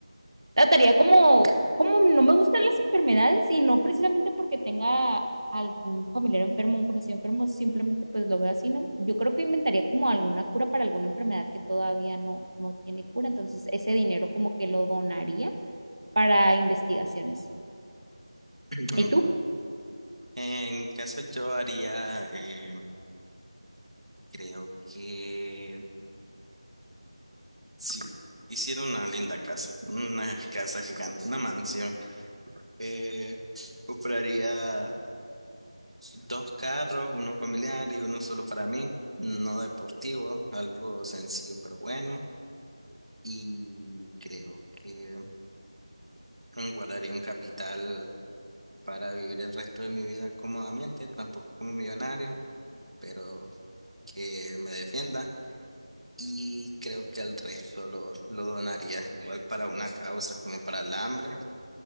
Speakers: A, on the right; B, on the right.
A: Trataría como, como no me gustan las enfermedades y no precisamente porque tenga algún familiar enfermo, un conocido enfermo, simplemente pues lo veo así, ¿no? Yo creo que inventaría como alguna cura para alguna enfermedad que todavía no, no tiene cura, entonces ese dinero como que lo donaría para investigaciones.
B: <laughs>
A: ¿Y tú?
B: <clears throat> En mi caso yo haría eh, Creo que sí, hicieron una linda casa, una casa gigante, una mansión. Eh, compraría dos carros, uno familiar y uno solo para mí, no deportivo, algo sencillo pero bueno. Y creo que guardaría un capital para vivir el resto de mi vida cómodamente, tampoco como millonario, pero que me defienda. y creo que el resto lo, lo donaría igual para una causa como para el hambre